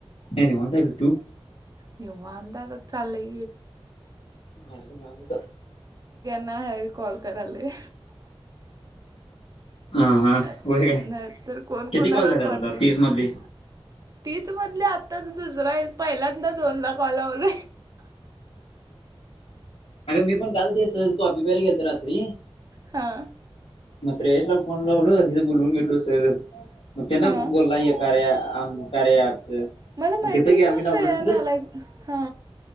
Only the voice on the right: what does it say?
निववांत चाले.
ना ह कॉल कराले.
नाही
तर कोण कोणाला
कॉन्टॅक्ट.
तीच म्हधली आता तर दुसरा पहिल्यांदा दोनला कॉलवल.
हा
हां
मला माहितच
नाही श्रेया
नालायक हा